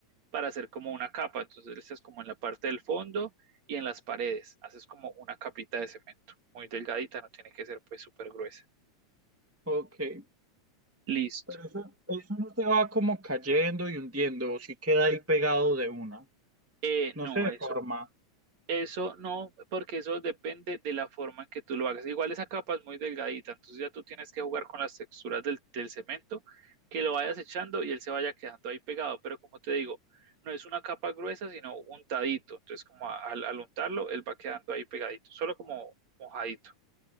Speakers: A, on the right; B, in the centre.
A: para hacer como una capa, entonces le echas como en la parte del fondo y en las paredes, haces como una capita de cemento, muy delgadita, no tiene que ser pues súper gruesa.
B: ok.
A: Listo.
B: Y- Pero eso, eso no se va como cayendo y hundiendo, o sí queda ahí pegado de una.
A: Eh,
B: No
A: no,
B: se deforma.
A: eso, Eso no, porque eso depende de la forma en que tú lo hagas. Igual esa capa es muy delgadita, entonces ya tú tienes que jugar con las texturas del, del cemento, que lo vayas echando y él se vaya quedando ahí pegado. Pero como te digo, no es una capa gruesa, sino untadito. Entonces, como a- al, al untarlo, él va quedando ahí pegadito, solo como mojadito.